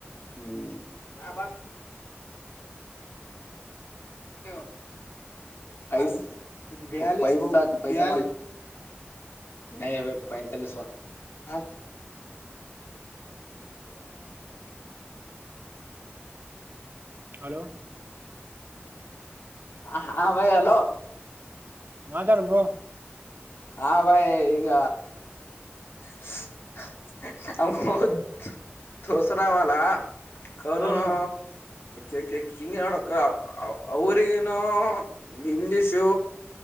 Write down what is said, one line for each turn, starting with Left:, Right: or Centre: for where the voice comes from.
Left: ಹ್ಮ್ ಯಾವ <unintelligible> ಐಸ್ ಪೈಸಾ ಹಾಕು ಪೈಸಾ <unintelligible> <unintelligible> <unintelligible>
Right: ಅಲೋ
Left: ಹಾ ಬೈ ಅಲೋ
Right: ಮಾತಾಡ್ ಬ್ರೋ
Left: ಆ ಬಾಯ್ ಈಗ <unintelligible> ಕರುಣಾ
Right: ಹಾ ಹಾ
Left: ಎಕ್ ಎಕ್ ಹಿಂಗೆ ನೋಡಕ ಅವರಿಗೇನೋ ಇಂಗ್ಲಿಷು